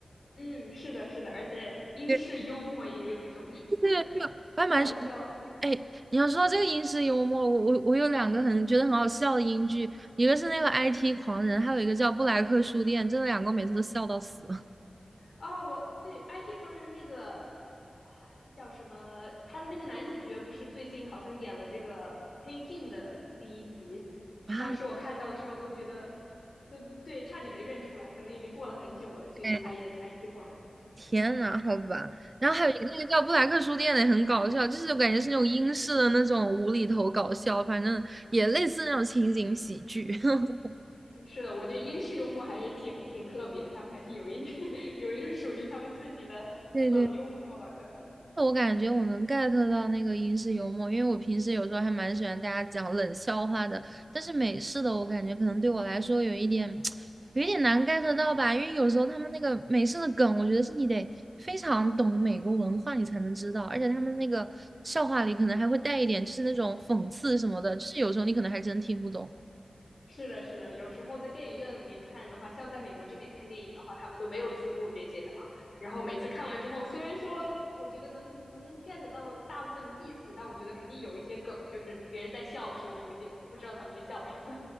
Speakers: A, on the left; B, on the right.
A: 嗯，是的，是的，而且英式幽默也有一种
B: <laughs>
A: <laughs>
B: 这个这个我还蛮喜欢。
A: 搞笑
B: 哎，你要说到这个英式幽默，我我我有两个很觉得很好笑的英剧，一个是那个 IT 狂人，还有一个叫布莱克书店，真的两个我每次都笑到死 <laughs>
A: 啊。我对《IT 狂人》那个啊叫什么，他的那个男主角不是最近好像演了这个《黑镜》的第一集，
B: 啊！
A: 当时我看到的时候都觉得，都对，差点没认出来，可能已经过了很久了，距离他演《IT
B: 哎，
A: 狂人》。嗯
B: 天呐，好吧。然后还有一个那个叫布莱克书店的也很搞笑，就是我感觉是那种英式的那种无厘头搞笑，反正也类似那种情景喜剧。<laughs>
A: 是的，我觉得英式幽默还是挺挺特别，他们还是有一 <laughs> 有一种属于他们自己的冷幽默吧，
B: 对对
A: 可能。
B: 我感觉我能 get 到那个英式幽默，因为我平时有时候还蛮喜欢大家讲冷笑话的，但是美式的我感觉可能对我来说有一点 <tsk> 有一点难 get 到吧，因为有时候他们那个美式的梗，我觉得是你得非常懂美国文化你才能知道，而且他们那个笑话里可能还会带一点就是那种讽刺什么的，就是有时候你可能还真听不懂。
A: 是的，是的，有时候在电影院里面看的话，像在美国这边看电影的话，他们都没有字幕这些的嘛。然后每次看完之后，虽然说我觉得能能 get 到大部分的意思，但我觉得肯定有一些梗，就是别人在笑的时候，我有一点不知道他们在笑什么。